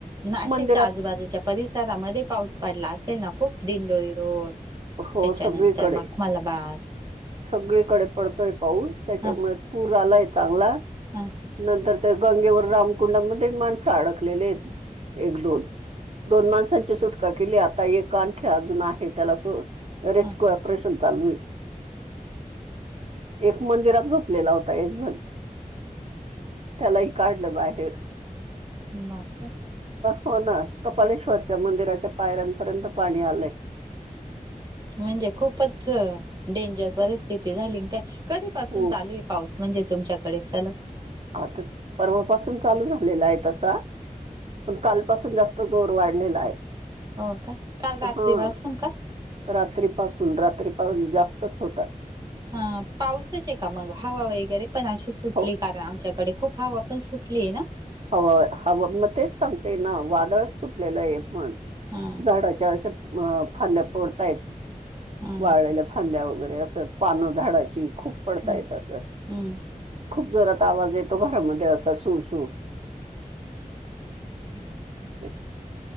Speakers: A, on the right (about 30°); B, on the right (about 45°).
A: नाशिकच्या
B: मंदिरात
A: आजूबाजूच्या परिसरामध्ये पाऊस पडला असेल ना खूप दिनडोरी रोड
B: हो
A: त्याच्यानंतर
B: सगळीकडे
A: मखमालाबाद
B: सगळीकडे पडतोय पाऊस त्याच्यामुळे
A: हा
B: पूर आलाय चांगला.
A: हा.
B: नंतर त्या गंगेवर रामकुंडामध्ये माणसं अडकलेले आहेत एक दोन दोन माणसांची सुटका केली आता एक आणखी अजून आहे त्याला रेस्क्यू
A: हा
B: ऑपेरेशन चालू आहे एक मंदिरात झोपलेला होता एक जण त्यालाही काढलं बाहेर.
A: बापरे
B: हो ना कपालेश्वरच्या मंदिराच्या पायऱ्यांपर्यंत पाणी आलंय.
A: म्हणजे खूपच डेंजर परिस्थिती झाली काय कधी पसून
B: खूप
A: चालू आहे. पाऊस म्हणजे तुमच्याकडे सलग
B: आता पर्वापसून चालू झालेला आहे तसा. पण कालपासून जास्त जोर वाढलेला आहे.
A: हो का काल
B: हा
A: रात्री पासून का?
B: रात्रीपासून रात्री पाऊस जास्तच होता
A: हा पाऊसच आहे का मग हवा वगैरे पण अशी सुटली
B: हो
A: का? आमच्याकडे खूप हवा पण सुटली आहे ना.
B: हवा हवा मग तेच सांगते ना वादळ सुटलेलं आहे पण
A: हा
B: झाडाच्या अ फांद्या फोडतात
A: हा
B: वाळलेल्या - फांद्या वगैरे असं पानं झाडाची खूप पडता
A: हम्म
B: येत असं.
A: हम्म
B: खूप जोरात आवाज येतो घरामध्ये असा सू सू
A: हम्म हम्.
B: ते-